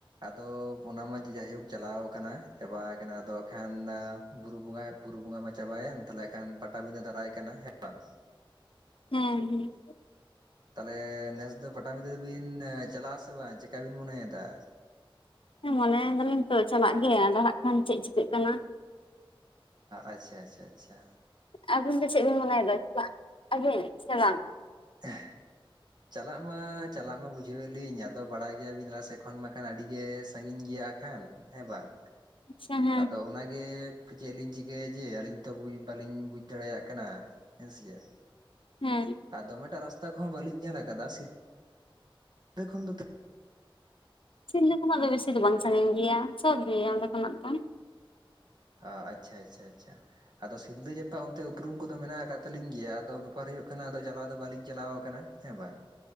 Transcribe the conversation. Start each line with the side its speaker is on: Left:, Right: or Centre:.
Right: ᱟᱫᱚ ᱚᱱᱟ ᱢᱟ ᱡᱟᱭᱦᱳᱠ ᱪᱟᱞᱟᱣ ᱟᱠᱟᱱᱟ ᱪᱟᱵᱟ ᱟᱠᱟᱱᱟ ᱟᱫᱚ ᱠᱷᱟᱱ ᱵᱩᱨᱩ ᱵᱚᱸᱜᱟ ᱵᱩᱨᱩ ᱵᱚᱸᱜᱟ ᱢᱟ ᱪᱟᱵᱟᱭᱮᱱ ᱛᱟᱦᱚᱞᱮ ᱠᱷᱟᱱ ᱯᱟᱴᱟᱵᱤᱫᱟᱹ ᱫᱟᱨᱟᱭ ᱠᱟᱱᱟ ᱦᱮᱸ ᱵᱟᱝ
Left: ᱦᱮᱸ ᱦᱮᱸ
Right: ᱛᱟᱦᱚᱞᱮ ᱱᱮᱥ ᱫᱚ ᱯᱟᱴᱟᱵᱤᱫᱟᱹ ᱫᱚ ᱵᱤᱱ ᱪᱟᱞᱟᱜ ᱟᱥᱮ ᱵᱟᱝ ᱪᱤᱠᱟ ᱵᱤᱱ ᱢᱚᱱᱮᱭᱮᱫᱟ
Left: ᱢᱚᱱᱮᱭ ᱮᱫᱟᱞᱤᱧ ᱛᱚ ᱪᱟᱞᱟᱜ ᱜᱮ ᱟᱫᱚ ᱦᱟᱜ ᱠᱷᱟᱱ ᱪᱮᱫ ᱪᱤᱠᱟᱹᱜ ᱠᱟᱱᱟ
Right: ᱟᱪᱷᱟ ᱟᱪᱷᱟ ᱟᱪᱷᱟ
Left: ᱟᱹᱵᱤᱱ ᱫᱚ ᱪᱮᱫ ᱵᱤᱱ ᱢᱚᱱᱮᱭᱮᱫᱟ ᱟᱹᱵᱤᱱ ᱥᱮ ᱵᱟᱝ
Right: ᱦᱮᱸ ᱪᱟᱞᱟᱜ ᱢᱟ ᱪᱟᱞᱟᱜ ᱢᱟ ᱵᱩᱡᱷᱟᱹᱣᱞᱤᱧ ᱟᱫᱚ ᱵᱟᱲᱟᱭ ᱜᱮᱭᱟᱵᱤᱱ ᱟᱞᱮ ᱥᱮᱫ ᱠᱷᱚᱱ ᱢᱟᱠᱷᱟᱱ ᱟᱹᱰᱤ ᱜᱮ ᱥᱟᱺᱜᱤᱧ ᱜᱮᱭᱟ ᱠᱷᱟᱱ ᱦᱮᱸ ᱵᱟᱝ
Left: ᱟᱪᱪᱷᱟ ᱦᱮᱸ
Right: ᱟᱫᱚ ᱚᱱᱟᱜᱮ ᱪᱮᱫ ᱞᱤᱧ ᱪᱤᱠᱟᱹᱭᱟ ᱡᱮ ᱟᱹᱞᱤᱧ ᱛᱚ ᱵᱟᱞᱤᱧ ᱵᱩᱡᱽ ᱫᱟᱲᱮᱭᱟᱜ ᱠᱟᱱᱟ ᱦᱮᱸᱥᱮ ᱪᱮᱫ
Left: ᱦᱮᱸ
Right: ᱟᱨ ᱫᱚᱢᱮᱴᱟᱜ ᱨᱟᱥᱛᱟ ᱠᱚᱦᱚ ᱵᱟᱹᱞᱤᱧ ᱧᱮᱞ ᱠᱟᱫᱟ ᱥᱤᱞᱫᱟ. ᱠᱷᱚᱱ ᱫᱚ ᱛᱤᱱ
Left: ᱥᱤᱞᱫᱟᱹ ᱠᱷᱚᱱᱟᱜ ᱫᱚ ᱵᱮᱥᱤ ᱫᱚ ᱵᱟᱝ ᱥᱟᱺᱜᱤᱧ ᱜᱮᱭᱟ ᱥᱳᱨ ᱜᱮᱭᱟ ᱚᱸᱰᱮ ᱠᱷᱚᱱᱟᱜ ᱫᱚ
Right: ᱚ ᱟᱪᱷᱟ ᱟᱪᱷᱟ ᱟᱪᱷᱟ ᱟᱫᱚ ᱥᱤᱞᱫᱟᱹ ᱡᱟᱯᱟ ᱚᱱᱛᱮ ᱩᱯᱨᱩᱢ ᱠᱚᱫᱚ ᱢᱮᱱᱟᱜ ᱟᱠᱟᱫ ᱛᱟᱹᱞᱤᱧ ᱜᱮᱭᱟ ᱟᱫᱚ ᱵᱮᱯᱟᱨ ᱦᱩᱭᱩᱜ ᱠᱟᱱᱟ ᱟᱫᱚ ᱪᱟᱞᱟᱣ ᱫᱚ ᱵᱟᱹᱞᱤᱧ ᱪᱟᱞᱟᱣ ᱟᱠᱟᱱᱟ ᱦᱮᱸ ᱵᱟᱝ